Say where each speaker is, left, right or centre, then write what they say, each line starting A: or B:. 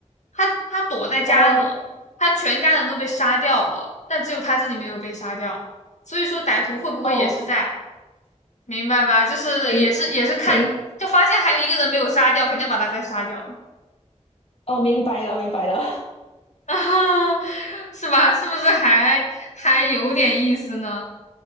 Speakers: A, on the left (about 75°); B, on the left (about 50°).
A: 他他躲在家里，
B: 哦
A: 他全家人都被杀掉了，但只有他自己没有被杀掉。所以说歹徒会不会也是在？
B: 哦，
A: 明白吧？就是也是也是看，
B: 明明
A: 就发现还有一个人没有杀掉，肯定要把他再杀掉了
B: 哦，明白了，明白了，
A: <laughs>，啊，是吧？是不是还还有点意思呢？